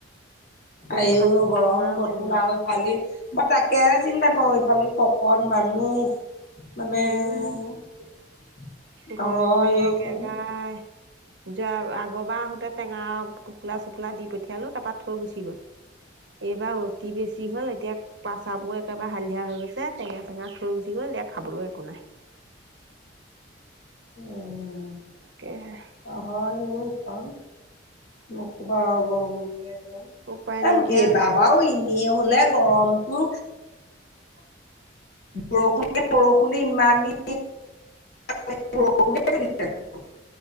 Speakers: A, on the right (about 65°); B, on the left (about 55°).
A: একদম
B: আইও
A: থাকিব
B: গৰম
A: নোৱাৰা
B: হ'ব
A: হৈছে
B: তোন
A: হেনো।
B: আও। ইফালি মই তাকে চিন্তা কৰো ইফালি শকত মানুহ- মানে-
A: উম, গৰমে
B: হয়
A: একেবাই।
B: অ
A: যোৱা আগৰবাৰ আহোঁতে টেঙা টোপোলা চোপলা দি পঠিয়ালোঁ তাপা থৈ গুচি গ'ল। এইবাৰ অতি বেছি হ'ল এতিয়া- পাছাবোৰ একেবাৰে হালধিয়া হৈ গৈছে টেঙা চেঙা থৈ গুচি গ'ল এতিয়া খাবলো একো নাই।
B: উম'
A: তাকেইহে।
B: অ হয় অও এখন নকবা আৰু গৰম।
A: উপায় নাইকিয়া
B: আৰু এইবাৰ
A: হৈছে
B: বাৰু এনেই হলে গৰমটো বৰষুণে বৰষুণে ইমান দিন <unintelligible>